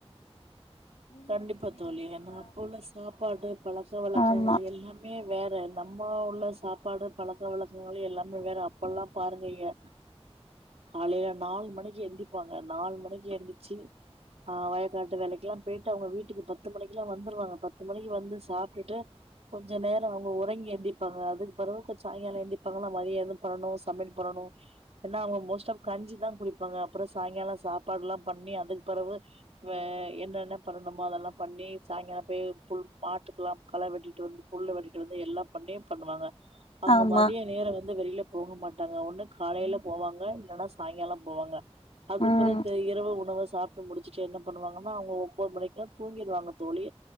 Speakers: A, on the right; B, on the left.
A: கண்டிப்பா தோழி ஏனா அப்ப உள்ள சாப்பாடு பலக்க வலக்கங்கள்
B: ஆமா
A: எல்லாமே வேற நம் ம்மா உள்ள சாப்பாடு பழக்க வழக்கங்கள் எல்லாமே வேற அப்பல்லா பாருங்க எ காலையல நால் மணிக்கு எழுந்திப்பாங்க நால் மணிக்கு எந்திர்ச்சு ஆ வயக்காட்டு வேலைக்கெல்லா போய்ட்டு அவுங்க வீட்டுக்கு பத்து மணிக்கு அ வந்துருவாங்க பத்து மணிக்கு வந்து சாப்ட்டுட்டு கொஞ்ச நேர அவுங்க ஓறங்கி எழுந்திப்பாங்க அதுக்கு பிறவு கொச் சாயங்கால எழுந்திப்பாங்காலம் மதியம் இது பண்ணனும் சமையல் பண்ணனும் ஏன்னா அவங்க மோஸ்ட் ஆப் கஞ்சி தா குடிப்பாங்க அப்புறம் சாயங்கால சாப்பாடு எல்லா பண்ணி அதுக்கு பிறவு வே என்னன்ன பண்ணணுமா அதெல்லா பண்ணி சாயங்காலம் போய் புல் மாட்டுக்கெலாம் கள வெட்டீட்டு வந்து புல் வெட்டீட்டு வந்து எல்லாம் பண்ணியும் பண்ணுவாங்க அவுங்க
B: ஆமா
A: மதிய நேர வந்து வெளியலப் போக மாட்டாங்க ஒண்ணு காலையல போவாங்க இல்லன்னா சாயங்கால போவாங்க அதுக்பிறகு
B: ம்
A: இரவு உணவ சாப் ட்டு முடிச்சுட்டு என்ன பண்ணுவாங்கன்னா அவங்க ஓ ஒம்பதரைக்கலா தூங்கிருவாங்க தோழி